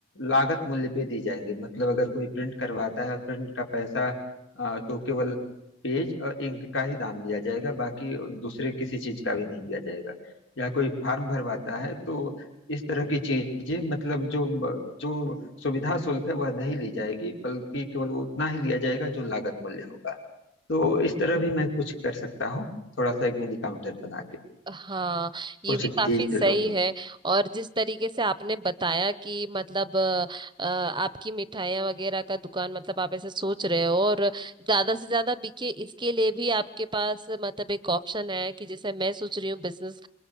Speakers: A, on the left; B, on the right.
A: लागत मूल्य पे दी जाएंगी मतलब अगर कोई प्रिंट करवाता है प्रिंट का पैसा अ, तो केवल पेज और इंक का ही दाम दिया जाएगा बाकी दूसरे किसी चीज का भी नहीं दिया जाएगा या कोई फॉर्म भरवाता है तो इस तरह की चीजें मतलब जो जो सुविधा शुल्क है वह नहीं ली जाएगी बल्कि केवल उतना ही लिया जाएगा जो लागत मूल्य होगा तो इस तरह भी मैं कुछ कर सकता हूँ थोड़ा सा एक मिनी काउंटर बना के
B: हाँ ये
A: कुछ
B: भी
A: डिजिटल
B: काफी सही
A: रूप में
B: है और जिस तरीके से आपने बताया कि मतलब अ, अ, आपकी मिठाइयाँ वगैरह का दुकान मतलब आप ऐसे सोच रहे हो और ज्यादा से ज्यादा बिके इसके लिए भी आपके पास मतलब एक ऑप्शन है कि जैसे मैं सोच रही हूँ बिजनेस